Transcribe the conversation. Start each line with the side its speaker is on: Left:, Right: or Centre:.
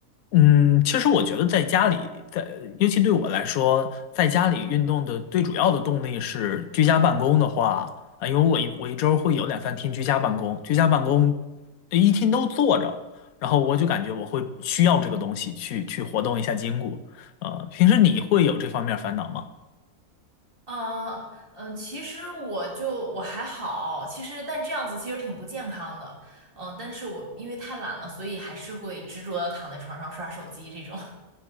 Left: 嗯，其实我觉得在家里，在尤其对我来说，在家里运动的最主要的动力是居家办公的话，啊，因为我一我一周会有两三天居家办公，居家办公一天都坐着，然后我就感觉我会需要这个东西去去活动一下筋骨。呃，平时你会有这方面烦恼吗？
Right: 啊呃，嗯、其实我就我还好，其实但这样子其实挺不健康的，嗯、但是我因为太懒了，所以还是会执着的躺在床上刷手机这种。<laughs>